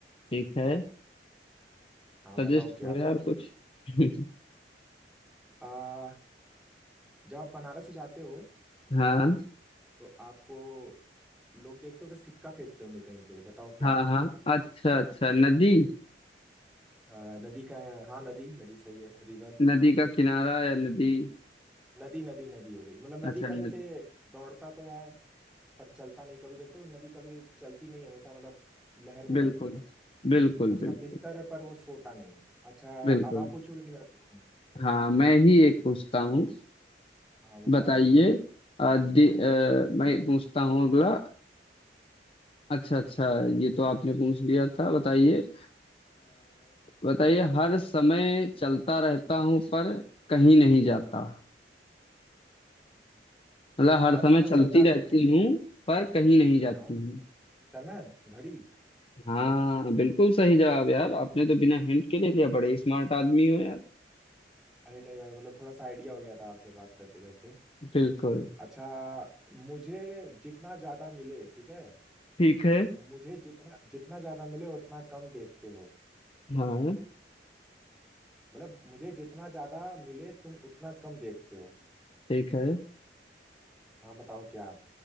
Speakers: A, on the left (about 30°); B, in the centre.
A: ठीक है
B: हाँ
A: सजेस्ट
B: बताओ क्या
A: करो यार कुछ <laughs>
B: आ, जब आप बनारस जाते हो
A: हाँ
B: तो आपको लोग देखते होंगे सिक्का फेंकते होंगे कहीं पे बताओ क्या
A: हाँ
B: है वो
A: हाँ अच्छा अच्छा नदी
B: अ, नदी का है हाँ नदी नदी सही है रिवर
A: नदी का किनारा या नदी
B: नदी नदी नदी हो गई मतलब
A: अच्छा
B: नदी का
A: नदी
B: जैसे दौड़ता तो है पर चलता नहीं कभी देखते हो नदी कभी चलती नहीं हमेशा मतलब लहर में
A: बिल्कुल
B: रहती है
A: बिल्कुल
B: उसका
A: बिल्कुल
B: बिस्तर है पर वो सोता नहीं अच्छा
A: बिल्कुल
B: अब आप पूछोगे कि मैं पूछूं
A: हाँ मैं ही एक पूछता हूँ
B: हाँ बताओ
A: बताइए अ, दि- अ, मैं पूछता हूँ अगला अच्छा अच्छा ये तो आपने पूछ लिया था बताइए अ, बताइए हर समय चलता रहता हूँ पर कहीं नहीं जाता
B: हाँ,
A: मतलब हर
B: हर
A: समय
B: समय
A: चलती
B: चलता रहता
A: रहती
B: हूँ
A: हूँ पर कहीं नहीं जाती
B: हाँ समय घड़ी
A: हाँ बिल्कुल सही जवाब यार आपने तो बिना हिंट के ले लिया बड़े स्मार्ट आदमी हो यार
B: अरे नहीं भाई मतलब थोड़ा सा आइडिया हो गया था आपसे बात करते करते
A: बिल्कुल
B: अच्छा मुझे जितना ज्यादा मिले ठीक है
A: ठीक है
B: मुझे जितना जितना ज्यादा मिले उतना कम देखते हो
A: हाँ
B: मतलब मुझे जितना ज्यादा मिले तुम उतना कम देखते हो
A: ठीक है
B: हाँ बताओ क्या